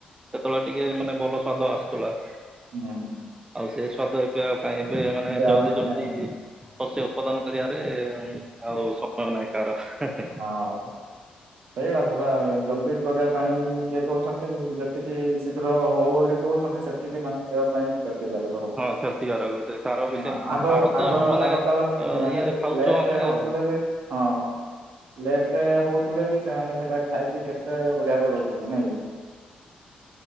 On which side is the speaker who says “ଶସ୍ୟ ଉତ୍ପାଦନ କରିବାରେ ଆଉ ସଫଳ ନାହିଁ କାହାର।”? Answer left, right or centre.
Right